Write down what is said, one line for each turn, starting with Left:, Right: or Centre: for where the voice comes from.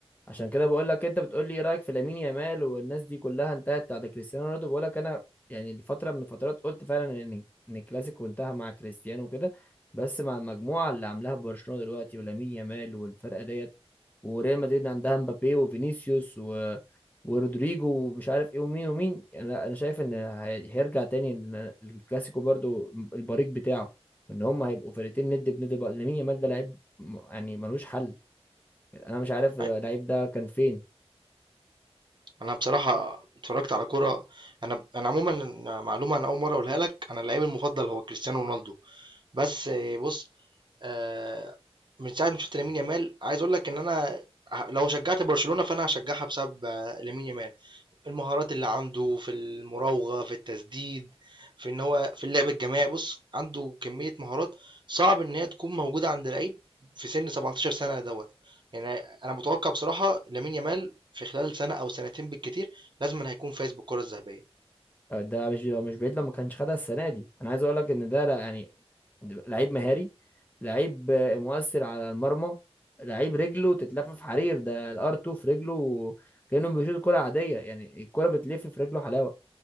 Left: عشان كده بقول لك انت بتقول لي ايه رايك في لامين يامال والناس دي كلها انتهت بعد كريستيانو رونالدو بقول لك انا يعني لفتره من الفترات قلت فعلا ان ان الكلاسيكو انتهى مع كريستيانو وكده بس مع المجموعه اللي عاملاها برشلونه دلوقتي ولامين يامال والفرقه ديت وريال مدريد عندها مبابي وفينيسيوس و... ورودريجو ومش عارف ايه ومين ومين انا انا شايف ان هي- هيرجع تاني لل- للكلاسيكو برضو البريق بتاعه ان هم هيبقوا فرقتين ند بند بقى. لامين يامال ده لعيب م- يعني ملوش حل انا مش عارف اللعيب
Right: أيوة.
Left: ده كان فين
Right: انا بصراحه اتفرجت على كرة انا انا عموما معلومه انا اول مره اقولها لك انا اللعيب المفضل هو كريستيانو رونالدو بس آه، بص آه، من ساعه ما شفت لامين يامال عايز اقول لك ان انا ه- لو شجعت برشلونه فانا هشجعها بسبب آه، لامين يامال المهارات اللي عنده في المراوغة في التسديد في ان هو في اللعب الجماعي بص عنده كمية مهارات صعب ان هي تكون موجودة عند لعيب في سن 17 سنة دوت يعني انا متوقع بصراحة لامين يامال في خلال سنة او سنتين بالكتير لازم هيكون فايز بالكرة الذهبية
Left: آه، ده مش هو مش بعيد لو ما كانش خدها السنه دي انا عايز اقول لك ان ده لا- يعني لعيب مهاري لعيب آه، مؤثر على المرمى لعيب رجله تتلف في حرير ده الار 2 في رجله كانه بيشوط كره عاديه يعني الكره بتلف في رجله حلاوه